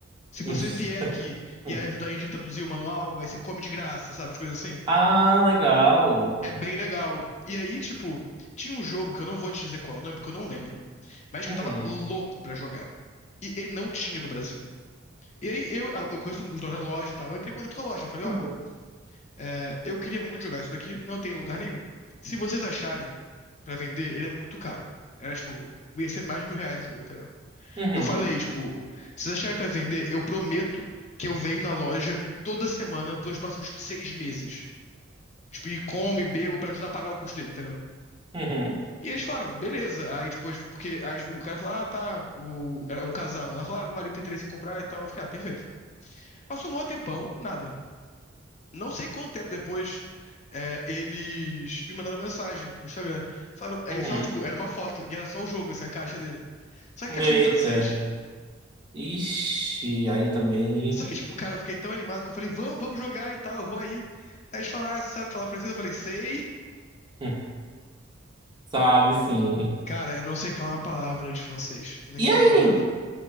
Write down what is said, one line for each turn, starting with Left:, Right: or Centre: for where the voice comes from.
Left: Se você
Right: Uhum.
Left: vier aqui e
Right: <laughs>
Left: ajudar a gente a traduzir o manual, aí você come de graça, sabe? As coisas assim.
Right: Ah, legal.
Left: É bem legal. E aí, tipo, tinha um jogo que eu não vou te dizer qual, não, porque eu não lembro, mas
Right: Uhum.
Left: que eu tava louco pra jogar. E ele não tinha no Brasil. E aí eu, eu conheço os donos da loja e tal, eu entrei em contato com a loja, eu falei,
Right: Uhum.
Left: olha. É, eu queria muito jogar isso daqui, não tem em lugar nenhum. Se vocês acharem pra vender, ele é muito caro. Era tipo, ia ser mais de mil reais o jogo, entendeu?
Right: Uhum.
Left: Eu falei, tipo, se vocês acharem pra vender, eu prometo que eu venho na loja toda semana pelos próximos seis meses. Tipo, e como e bebo pra ajudar a pagar o custo dele, entendeu?
Right: Uhum.
Left: E eles falaram, beleza. Aí depois, porque aí o cara falou, ah, tá, o... é um casal. Ela falou, ah, meu marido tem interesse em comprar e tal. Eu fiquei, ah, perfeito. Passou um maior tempão, nada. Não sei quanto tempo depois, é, eles me mandaram mensagem no Instagram. Falaram, é
Right: Uhum.
Left: só, tipo, era uma foto, e era só o jogo, assim, a caixa dele. Só que
Right: Eita.
Left: a caixa era em francês.
Right: Ixi, aí também.
Left: Só que, tipo, cara, eu fiquei tão animado que eu falei, vamos, vamos jogar e tal, eu vou aí. Aí eles falaram, ah, você sabe falar francês? Eu falei, sei.
Right: hum, Sabe, sim.
Left: Cara, eu não sei falar uma palavra de francês. Nenhuma
Right: E aí?
Left: palavra.